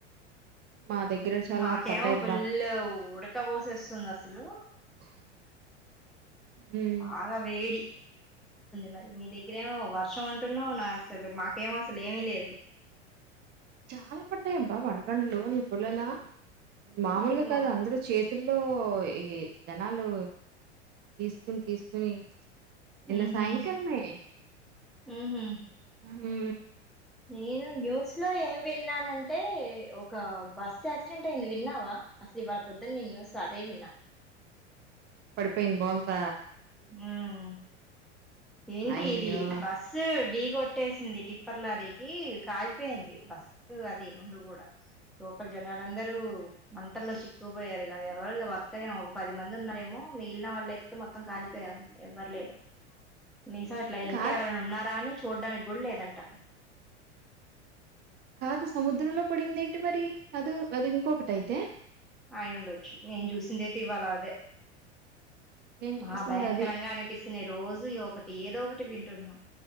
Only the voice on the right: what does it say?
మా దగ్గర చాలా
పడ్డాయి
<inaudible> బా
చాలా పడ్డాయబ్బా వడగండ్లు నిబులల్ల మామూలుగ
కాదు
అందరు చేత్ తుల్లో ఈ జనాలు తీసుకుని తీసుకుని నిన్న
సాయంకాలమే
హు
పడిపోైంది బోల్త
అయ్యో!
కాదు,
కాదు సముద్రంలో పడింది ఏంటి మరి అది అది ఇంకొకటఅయితే
నేను
చూసిందది.